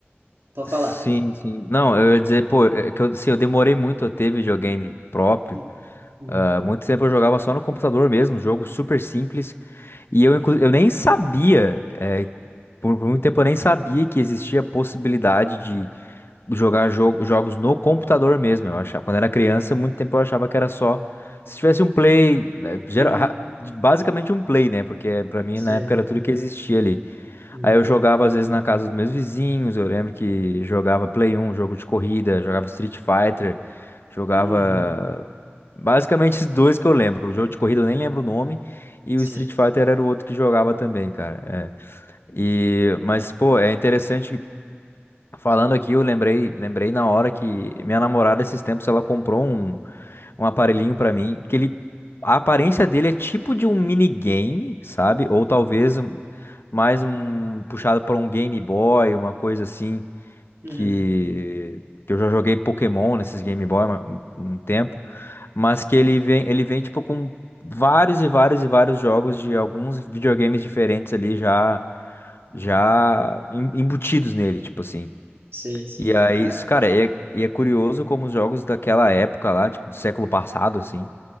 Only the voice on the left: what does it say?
sim,
sim. Não, eu ia dizer, pô, é que eu, assim, eu demorei muito a ter videogame próprio.
Ah, muito tempo eu jogava só no computador mesmo, jogo super simples. E eu, inclu- eu nem sabia, eh, por, por muito tempo eu nem sabia que existia a possibilidade de jogar jo- jogos no computador mesmo. Eu achava, quando era criança, muito tempo eu achava que era só se tivesse um play, né, gera-
ra- basicamente um play, né? Porque pra mim
na época era tudo que existia ali.
Aí eu jogava às vezes na casa dos meus vizinhos, eu lembro que jogava Play 1, jogo de corrida, jogava Street Fighter, jogava
basicamente esses dois que eu lembro. O jogo de corrida eu nem lembro o nome e
o Street Fighter era o outro que jogava também, cara. É. E mas pô, é interessante que falando aqui, eu lembrei, lembrei na hora que minha namorada esses tempos ela comprou um um aparelhinho pra mim, que ele a aparência dele é tipo de um minigame, sabe? Ou talvez um- mais um puxado para um Game Boy, uma coisa assim
que que eu já joguei Pokémon nesses Game Boy uma- um um tempo, mas que ele vem ele vem tipo com vários e vários e vários jogos de alguns videogames diferentes ali já já
em- embutidos nele, tipo assim.
E aí,
isso, cara, e é, e é curioso como os jogos daquela época lá, tipo, do século passado, assim,